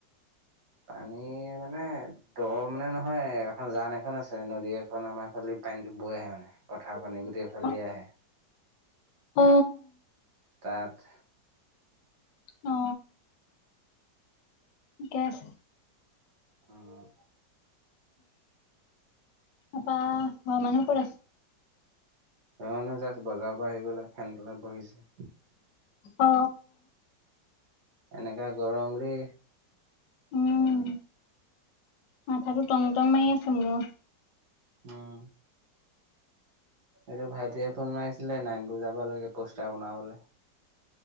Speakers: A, on the right (about 65°); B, on the left (about 80°).
A: পানী মানে দৰ মানে নহয় এখন জান এখন আছে নদী এখন আমাৰ ফালি - পানীত বৈ আহে মানে পথাৰ পানী গোটেইফাল
B: অ
A: দিয়া আহে।
B: অ
A: তাত-
B: অ। গেছ-
A: উম।
B: তাপা ঘৰ মানুহ ক'ত আছে?
A: ঘৰ মানু্হ জাষ্ট বজাৰৰ পৰা আহি গলে ফেন তলত বহিছে।
B: অ
A: এনেকাে গৰম ৰে।
B: উম মাথাটো টংটং মাৰি আছে মোৰ।
A: উম। এইটো ভাইটিয়ে ফোন মাৰিছিলে নাইন বুজাব লাগে পষ্টাৰ বনাবলৈ।